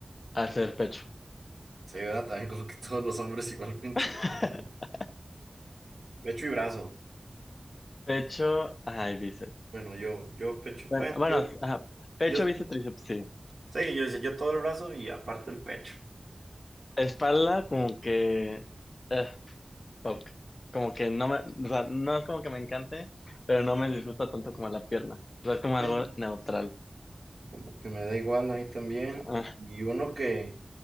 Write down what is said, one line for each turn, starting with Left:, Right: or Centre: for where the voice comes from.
Left: hacer pecho.
Right: Se ayuda también como que todos los hombres igual coincidimos.
Left: <laughs>
Right: Pecho y brazo.
Left: Pecho, ay, bíceps.
Right: Bueno, yo, yo pecho,
Left: Bueno,
Right: bueno,
Left: bueno,
Right: yo,
Left: ajá, pecho,
Right: yo sí,
Left: bíceps, tríceps, sí.
Right: sí, yo, yo todo el brazo y aparte el pecho.
Left: Espalda, como que, eh, ok. Como que no me, o sea, no es como que me encante, pero no me disgusta tanto como la pierna. O sea, es como
Right: Eh,
Left: algo neutral.
Right: Como que me da igual a mí también.
Left: Ah,
Right: Y uno que